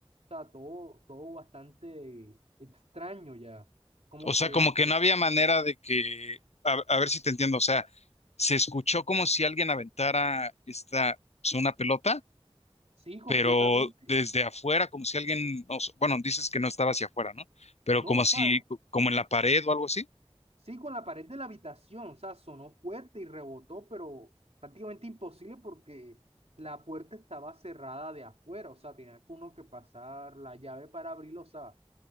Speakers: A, on the right; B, on the left.
A: sea, todo, todo bastante extraño ya. Como
B: O
A: que
B: sea, como
A: la
B: que
A: pelota,
B: no había manera de que, a, a ver si te entiendo, o sea, se escuchó como si alguien aventara esta, pues, una pelota,
A: sí, completamente.
B: pero desde afuera, como si alguien, no sé, bueno, dices que no estaba hacia afuera, ¿no? Pero como
A: No, o
B: si,
A: sea,
B: como en la pared o algo así.
A: sí, con la pared de la habitación, o sea, sonó fuerte y rebotó, pero prácticamente imposible porque la puerta estaba cerrada de afuera, o sea, tenía que uno que pasar la llave para abrirlo o sea,